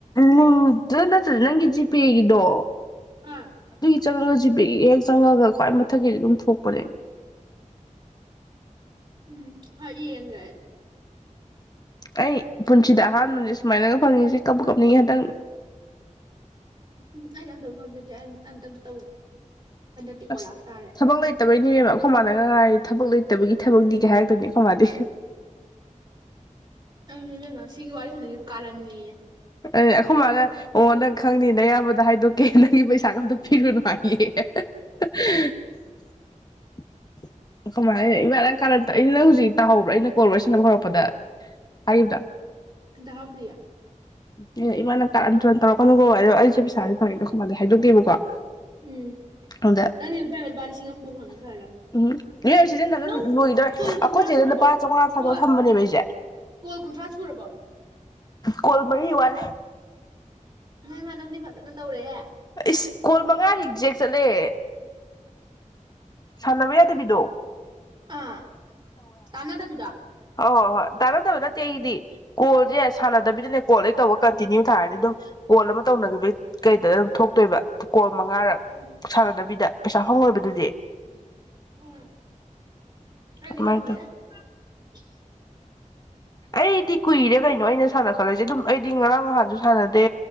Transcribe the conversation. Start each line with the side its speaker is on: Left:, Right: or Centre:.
Left: ꯅꯗꯨ ꯅꯠꯇ꯭ꯔꯗ ꯅꯪꯒꯤꯖꯤ ꯄꯦꯒꯤꯗꯣ
Right: ꯑꯥ
Left: ꯆꯪꯉꯒ ꯖꯤ ꯄꯦ ꯒꯤ ꯍꯦꯛ ꯆꯪꯉꯒ ꯈ꯭ꯋꯥꯏ ꯃꯊꯛꯀꯤꯗꯤ ꯑꯗꯨꯝ ꯊꯣꯛꯄꯅꯦ
Right: ꯎꯝ ꯍꯣꯏ ꯌꯦꯡꯒꯦ ꯑꯩ
Left: ꯑꯩ ꯄꯨꯟꯁꯤꯗ ꯑꯍꯥꯟꯕꯁꯦ ꯁꯨꯃꯥꯏꯅꯒ ꯐꯪꯉꯤꯁꯦ ꯀꯞꯄꯨ ꯀꯞꯅꯤꯡꯏ ꯍꯟꯗꯠ
Right: ꯎ ꯑꯩ ꯑꯃꯠꯇ ꯐꯪꯖꯗ꯭ꯔꯤ ꯑꯝꯇ ꯑꯝꯇ ꯇꯧꯒꯦ ꯍꯟꯗꯛꯇꯤ ꯀꯣꯂꯥꯞꯁ
Left: ꯑꯁ
Right: ꯇꯥꯔꯦ
Left: ꯊꯕꯛ ꯂꯩꯇꯕꯩꯅꯤ ꯏꯕꯦꯝꯃ ꯑꯩꯈꯣꯏ ꯃꯥꯥꯅ ꯒ ꯍꯦꯜꯥꯏꯅꯤ ꯊꯕꯛ ꯂꯩꯇꯕꯒꯤ ꯊꯕꯛꯗꯤ ꯀ ꯍꯥꯏꯔꯛꯇꯣꯏꯅꯦ ꯑꯩꯈꯣꯏ ꯃꯥꯗꯤ
Right: ꯑꯩ ꯁꯨꯅꯤ ꯏꯕꯦꯝꯃ ꯁꯤꯒꯤ ꯋꯥꯔꯤ ꯁꯥꯅꯕꯨ ꯀꯥꯔꯅꯤ
Left: ꯑꯦ ꯑꯩꯈꯣꯏ ꯃꯥꯅ ꯑꯣ ꯅꯪ ꯈꯪꯅꯤꯅꯦ ꯅꯌꯥꯝꯕꯗ ꯍꯥꯏꯗꯣꯛꯀꯦ ꯅꯪꯒꯤ ꯄꯩꯁꯥꯒ ꯑꯝꯇ ꯄꯤꯔꯨꯅꯨ ꯍꯥꯏꯌꯦ <unintelligible> ꯀꯃꯥꯏ ꯏꯃꯥ ꯀꯥꯟꯂꯛꯇ ꯑꯩꯅ ꯅꯪ ꯍꯧꯖꯤꯛ ꯇꯥꯍꯧꯕ꯭ꯔꯥ ꯑꯩꯅ ꯀꯣ ꯁꯥꯟꯅꯕ ꯍꯧꯔꯛꯄꯗ ꯍꯥꯏꯈꯤꯕꯗꯣ
Right: ꯎꯝ ꯇꯥꯍꯧꯗꯤꯌꯦ
Left: ꯎꯝ ꯑꯦ ꯏꯃꯥ ꯅꯪ ꯀꯥꯔꯟ ꯇꯨꯔꯟ ꯇꯧꯔꯛꯀꯅꯨꯀꯣ ꯑꯩꯁꯦ ꯄꯩꯁꯥ ꯁꯥꯔꯦ ꯐꯉꯦꯕ ꯑꯗꯣ ꯑꯩꯈꯣꯏ ꯃꯥ ꯗ ꯍꯥꯏꯗꯣꯛꯇꯦꯕꯀꯣ
Right: ꯎꯝ
Left: ꯑꯗꯨꯗ
Right: ꯅꯪꯗꯤ ꯂꯨꯄꯥ ꯂꯨꯄꯥ ꯂꯤꯁꯤꯡ ꯑꯃꯐꯥꯎ ꯐꯪꯉꯤ ꯐꯔꯕ
Left: ꯎꯝ ꯅ꯭ꯌꯨ ꯁꯤꯖꯤꯟꯅꯕꯗ
Right: ꯅꯪ
Left: ꯂꯣꯏꯗꯣꯔꯦ
Right: ꯀꯣꯜ ꯀꯨꯟꯊ꯭ꯔꯥ
Left: ꯑꯩꯈꯣꯏ ꯆꯦꯗ
Right: ꯁꯨꯔꯕꯣ
Left: ꯂꯨꯄꯥ ꯆꯥꯝꯃꯉꯥ ꯊꯥꯗꯣꯛ
Right: ꯀꯣ
Left: ꯊꯝꯕꯅꯦꯕ ꯑꯩꯁꯦ
Right: ꯀꯣꯜ ꯀꯨꯟꯊ꯭ꯔꯥ ꯁꯨꯔꯕꯣ
Left: ꯀꯣꯜꯃꯔꯤ ꯋꯥꯠꯂꯤ
Right: ꯅꯣꯏ ꯃꯥ ꯅꯪꯗꯤ ꯐꯖꯅ ꯇꯧꯔꯦꯍꯦ
Left: ꯏꯁꯀꯣꯜ ꯃꯉꯥ ꯔꯤꯛꯖꯦꯛ ꯆꯠꯂꯦ ꯁꯥꯟꯅꯕ ꯌꯥꯗꯕꯤꯗꯣ
Right: ꯑꯥ ꯇꯥꯟꯅꯗꯕꯤꯗ
Left: ꯑꯍꯣ ꯑꯍꯣꯏ ꯇꯥꯟꯅꯗꯕ ꯅꯠꯇꯦ ꯑꯩꯗꯤ ꯀꯣꯜꯁꯦ ꯁꯥꯟꯅ ꯁꯕꯤꯗꯅꯦ ꯀꯣꯜ ꯍꯦꯛ ꯇꯧꯕ ꯀꯟꯇꯤꯅ꯭ꯌꯨ ꯊꯥꯔꯅꯤ ꯑꯗꯨꯝ ꯀꯣꯜ ꯑꯃ ꯇꯧꯅꯈꯤꯕ ꯀꯩꯗ ꯑꯗꯨꯝ ꯊꯣꯛꯇꯣꯏꯕ ꯀꯣꯜ ꯃꯉꯥꯔꯛ
Right: ꯎꯝ
Left: ꯁꯥꯟꯅꯗꯕꯤꯗ ꯄꯩꯁꯥ ꯐꯪꯉꯣꯏꯕꯗꯨ <unintelligible>
Right: ꯎꯝ ꯑꯩꯗꯤ
Left: ꯑꯗꯨꯃꯥꯏꯅ
Right: ꯈꯪꯗꯦ
Left: ꯇꯧ
Right: <unintelligible>
Left: ꯑꯩꯗꯤ ꯀꯨꯏꯔꯦ ꯀꯩꯅꯣ ꯑꯩꯅ ꯁꯥꯟꯅ ꯈꯠꯂꯁꯦ ꯑꯗꯨꯝ ꯑꯩꯗꯤ ꯉꯔꯥꯡ ꯅꯍꯥꯟꯁꯨ ꯁꯥꯟꯅꯗꯦ